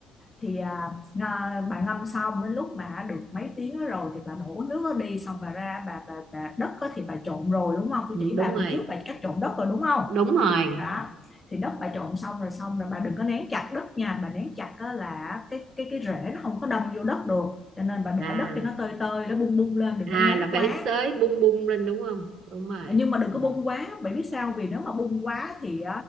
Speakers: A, on the left; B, on the right.
A: thì à, à, bà ngâm xong đến lúc mà được mấy tiếng đó rồi thì bà đổ nước đó đi xong bà ra bà bà, bà đất đó thì bà trộn rồi đúng không tôi
B: ừ,
A: chỉ
B: đúng
A: bà
B: rồi
A: buổi trước bà cách trộn đất rồi đúng không
B: đúng rồi
A: đó thì đất bà trộn xong rồi xong rồi bà đừng có nén chặt đất nha bà nén chặt là cái cái cái rễ nó không có đâm vô đất được cho nên bà để
B: à
A: đất cho nó tơi tơi nó bung bung lên đừng có
B: à
A: nén
B: là phải
A: quá
B: xới bung bung lên đúng không đúng rồi
A: nhưng mà đừng
B: ừ.
A: có bung quá bạn biết sao vì nếu mà bung quá thì